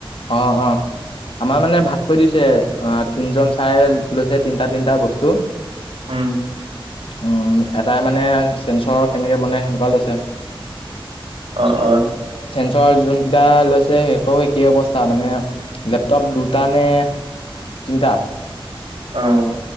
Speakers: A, on the left; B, on the right.
A: অ', অ'। আমাৰ মানে ভাগ কৰি দিছে অ তিনজন চাই লৈছে তিনটা তিনিটা বস্তু।
B: উম।
A: উম, এটাই মানে চেঞ্চৰ কেনেকৈ বনাই সেনেকুৱা লৈছে।
B: অ', অ'।
A: <unintelligible> যোনকেইটা লৈছে সেহঁতও একেই অৱস্থা মানে, লেপটপ দুটা নে তিনিটা।
B: অ'।